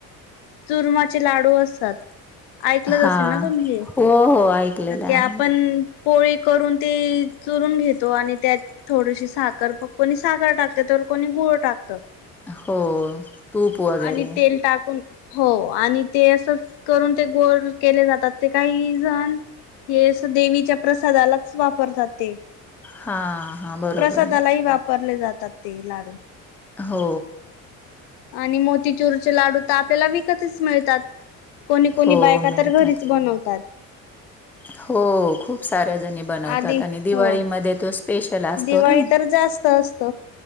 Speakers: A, on the left; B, in the centre.
A: चुरमचे लाडू असात ऐकलंच
B: हा
A: असेल ना तुम् हे
B: हो हो ऐकलेलं
A: क
B: आहे
A: आपण पोळी करून ती चुरून घेतो आणि त्यात थोडीशी साखर पक आणि साखर टाकते तर कोणी गुळ टाकत.
B: हो तूप वगैरे.
A: आणि तेल टाकून हो आणि ते असच करून ते गोल केले जातात ते काही जण. हे अस देवीच्या प्रसादालाच वापर ते.
B: हा, हा, बरोबर
A: प्रसादालाही
B: आय.
A: वापरले जातात ते लाडू.
B: हो.
A: आणि मोतीचुरचे लाडू तर आपल्याला विकतच मिळतात. कोणी, कोणी
B: हो
A: बायका
B: मिळतात
A: तर घरीच बनवतात.
B: हो खूप सा साऱ्या जणी बनवतात
A: आधी
B: आणि दिवाळीमध्ये
A: हो
B: तर स्पेशल असतो
A: दिवाळी
B: ना.
A: तर जास्त असत